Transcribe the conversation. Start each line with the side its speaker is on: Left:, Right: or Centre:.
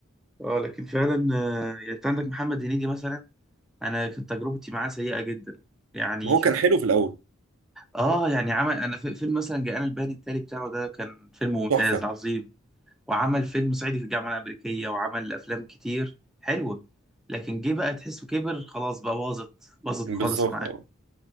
Centre: اه لكن فعلا آه، يعني انت عندك محمد هنيدي مثلا انا كانت تجربتي معاه سيئه جدا يعني
Right: هو
Centre: شفت
Right: كان حلو في الأول
Centre: اه يعني عمل انا في فيلم مثلا جاءنا البيان التالي بتاعه ده كان فيلم ممتاز
Right: تحفة
Centre: عظيم وعمل فيلم صعيدي في الجامعه الامريكيه وعمل افلام كتير حلوه لكن جه بقى تحسه كبر خلاص بقى باظت باظت
Right: بالظبط
Centre: خالص معاه
Right: اه